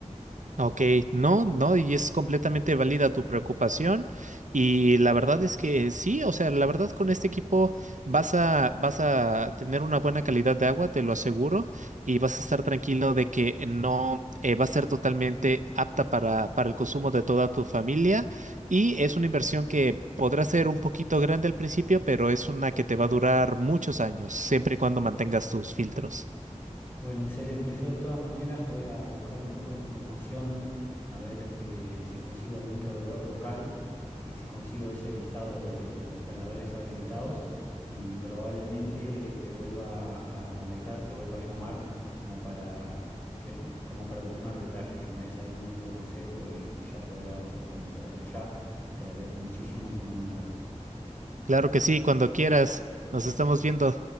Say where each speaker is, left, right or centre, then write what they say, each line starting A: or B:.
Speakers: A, on the right; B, on the left.
A: Ok, no, no, y es completamente válida tu preocupación. Y la verdad es que sí, o sea, la verdad con este equipo vas a, vas a tener una buena calidad de agua, te lo aseguro, y vas a estar tranquilo de que no eh, va a ser totalmente apta para, para el consumo de toda tu familia. Y es una inversión que podrá ser un poquito grande al principio, pero es una que te va a durar muchos años, siempre y cuando mantengas tus filtros.
B: Bueno, excelente. Yo de todas maneras voy a buscar un poco de información, a ver eh, si consigo algún proveedor local y si consigo ese listado de, de instaladores habilitados y probablemente te vuelva a molestar, te vuelva a llamar como para que, como para ultimar detalles, que me des algún otro consejo y y ya poder avanzar con eso. Desde ya te agradezco muchísimo y te mando un abrazo.
A: Claro que sí, cuando quieras, nos estamos viendo.